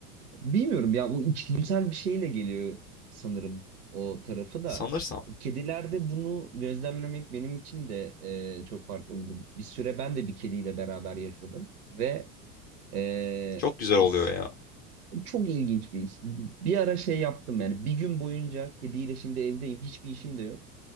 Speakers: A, on the right; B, on the left.
A: Bilmiyorum ya bu içgüdüsel bir şeyle geliyor sanırım o tarafı da.
B: Sanırsam.
A: O kedilerde bunu gözlemlemek benim için de e, çok farklıydı. Bir süre ben de bir kediyle beraber yaşadım ve e,
B: Çok güzel
A: aslında
B: oluyor ya.
A: çok ilginç bir his. Bir ara şey yaptım yani bir gün boyunca kediyle şimdi evdeyim hiçbir işim de yok.